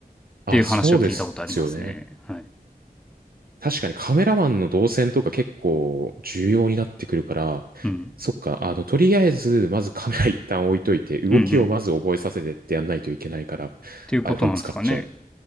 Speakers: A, in the centre; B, on the right (about 70°).
A: っていう話を聞いたことありますね。
B: あ、そうですよね。
A: はい。
B: 確かにカメラマンの動線とか結構重要になってくるから、
A: うん。
B: そっか、あの、とりあえず、まずカメラ一旦置いといて、動きをまず覚えさせてってやんないといけないから、
A: うんうん。っていうことなんですかね。
B: iPhone 使っちゃえ。